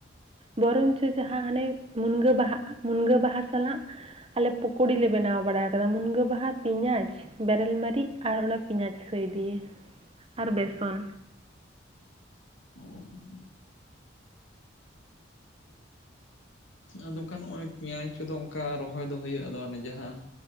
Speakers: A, on the right; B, on the left.
A: ᱵᱚᱨᱚᱝ ᱪᱚ ᱡᱟᱦᱟᱸ ᱦᱟᱱᱮ ᱢᱩᱱᱜᱟᱹ ᱵᱟᱦᱟᱜ-ᱟ, ᱢᱩᱱᱜᱟᱹ ᱵᱟᱦᱟ ᱥᱟᱞᱟᱜ ᱟᱞᱮ ᱯᱚᱠᱚᱲᱤ ᱞᱮ ᱵᱮᱱᱟᱣ ᱵᱟᱲᱟ ᱠᱟᱫᱟ ᱢᱩᱱᱜᱟᱹ ᱵᱟᱦᱟ, ᱯᱮᱸᱭᱟᱡᱽ ᱵᱮᱨᱮᱞ ᱢᱟᱨᱟᱹᱨᱤᱪ ᱟᱨ ᱚᱱᱟ ᱯᱮᱸᱭᱟᱡᱽ ᱥᱟᱭ ᱫᱤᱭᱟ ᱟᱨ ᱵᱮᱥᱚᱱ᱾
B: ᱛᱟᱦᱮᱸ ᱟᱫᱚ ᱠᱷᱟᱱ ᱱᱚᱜᱼᱚᱭ ᱯᱮᱸᱭᱟᱡᱽ ᱠᱚᱫᱚ ᱚᱱᱠᱟ ᱨᱚᱦᱚᱭ ᱫᱚ ᱦᱳᱭᱳᱜᱼᱟᱫᱚ ᱚᱱᱮ ᱡᱟᱦᱟᱸ